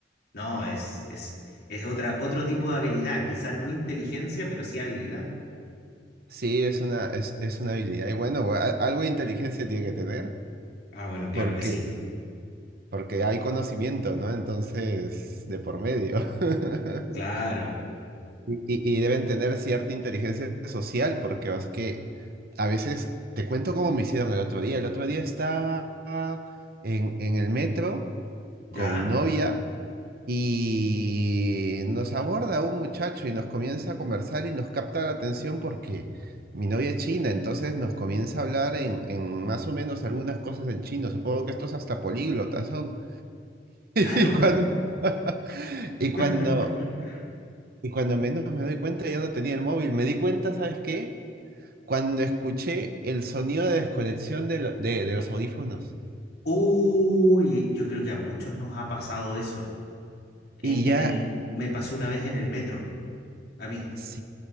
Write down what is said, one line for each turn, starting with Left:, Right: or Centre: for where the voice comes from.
Left: No, es, es, es otra, otro tipo de habilidad. Quizás no inteligencia, pero sí habilidad.
Right: Sí, es una, es, es una habilidad. Y bueno, we- a- algo de inteligencia tiene que tener,
Left: Ah, bueno, claro
Right: porque,
Left: que sí.
Right: porque hay conocimiento, ¿no? Entonces, de por medio. <laughs>
Left: Claro.
Right: Y, y- y deben tener cierta inteligencia social, porque es que a veces te cuento cómo me hicieron el otro día. El otro día estaba en, en el metro
Left: ¿Ya?
Right: con mi novia y nos aborda un muchacho y nos comienza a conversar y nos capta la atención porque mi novia es china, entonces nos comienza a hablar en, en más o menos algunas cosas en chino. Supongo que estos hasta políglotas son. <laughs>
Left: Claro.
Right: Y cuando, <laughs> y cuando
Left: <laughs>
Right: y cuando menos me doy cuenta, ya no tenía el móvil. Me di cuenta, ¿sabes qué? Cuando escuché el sonido de desconexión de, lo- de- de los audífonos.
Left: Uy, yo creo que a muchos nos ha pasado eso. En,
Right: Y ya,
Left: en el, me pasó una vez en el metro, a mí.
Right: sí,